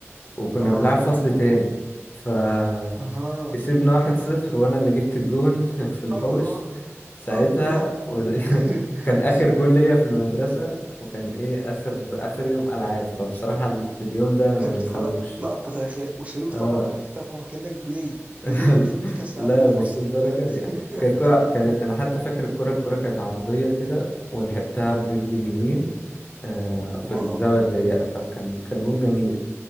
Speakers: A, on the left; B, on the right.
A: وكنا
B: اها
A: بنلعب فصل تاني فكسبنا
B: اها
A: واحد صفر وانا اللي جبت الجون <laughs> في الحوش
B: الله
A: ساعتها
B: الله
A: ود-
B: <laughs>
A: <laughs> وكان اخر جون ليا في المدرسة وكان ايه اخر اخر يوم العاب فبصراحة ال- اليوم ده ما
B: كانت
A: بنساهوش
B: حلقة- لقطه تاريخيه وشالوك
A: اه
B: طبعا على كتافهم وكانك بيليه
A: <laughs>
B: بيليه جبت كاس
A: لا
B: العالم للفصل
A: مش للدرجة
B: <laughs>
A: دي يعني كانت كرة كانت انا حتى فاكر الكرة الكرة كانت عرضية كده ولحقتها برجلي اليمين آه،
B: واو
A: في الزاوية الضيقة فكان كان جون جميل